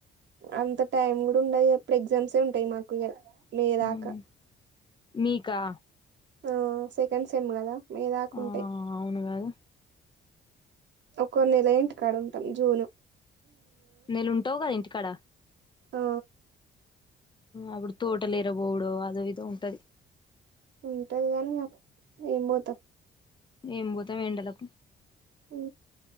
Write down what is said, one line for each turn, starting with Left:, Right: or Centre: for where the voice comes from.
Right: అంత టైం కూడా ఉండది ఎప్పుడు ఎగ్జామ్సే ఉంటాయి మాకు మేదాకా
Left: ఉమ్ మీకా
Right: ఆ సెకండ్ సేమ్ కదా మీ దాకుంటే
Left: ఆ అవును కాదు
Right: ఒకొ నెల ఏంటి కాడ ఇంటి జూను
Left: నేలుంటావు కదా ఇంటికాడ
Right: ఆ
Left: అప్పుడు తోట లేరబోడ అదో ఇదో ఉంటది
Right: ఉంటది గాని ఏం పోతాం
Left: ఏం పోతాం ఎండలో
Right: అ